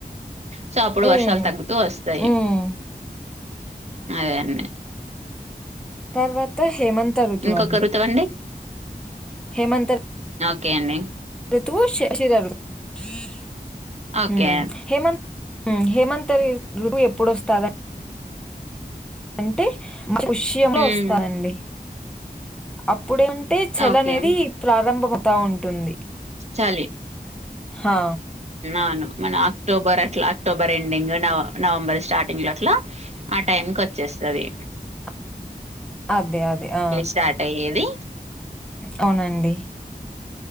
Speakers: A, on the right; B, in the centre.
A: సో అప్పుడు
B: హ్మ్.
A: వర్షాలు తగ్గుతూ వస్తాయి
B: హ్మ్.
A: అవే అన్నీ
B: తర్వాత హేమంత్ ఋతువు
A: ఇంకొకరుతవండి
B: అండి హేమంత
A: ఒకే అండి
B: ఋతువు శశిధ ఋతువు
A: ఓకే.
B: హేమంత్ హేమంత్ <unintelligible> ఎప్పుడు వస్త అంటే మ పుష్యంలో
A: హ్మ్.
B: వస్తానండి ఇప్పుడే ఉంటే చలి
A: ఓకే.
B: అనేది ప్రారంభమవుతా ఉంటుంది
A: చలి
B: హా!
A: అవును మన అక్టోబర్ అట్లా అక్టోబర్ ఎండింగ్ నవ నవంబర్ స్టార్టింగ్ లో అట్లా ఆ టైం కి వచ్చేస్త ఉంటాది
B: <unintelligible> అదే అదే ఆ
A: స్టార్ట్ అయ్యేది.
B: అవునండి